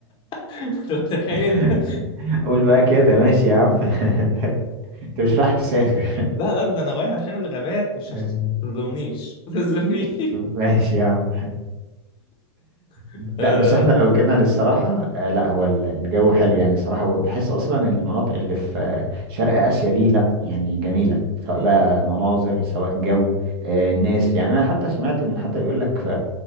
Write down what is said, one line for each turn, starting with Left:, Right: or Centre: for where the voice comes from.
Left: انت متخيل
Right: <laughs> قول بقى كده ماشي يا عم <laughs> انت مش رايح تسافر
Left: لا لا ده انا رايح عشان الغابات مش
Right: <laughs> يعني
Left: عشان ما تظلمنيش ما تظلمنيش
Right: ماشي يا عم
Left: <laughs>
Right: لا
Left: آه،
Right: بس احنا لو جينا للصراحة آه لا هو ال- الجو حلو يعني الصراحة وبحس اصلا المناطق اللي في آه، شرق اسيا دي لا يعني جميلة سواء
Left: م-
Right: بقى
Left: م.
Right: مناظر سواء جو آه الناس يعني انا حتى سمعت ان حتى بيقول لك في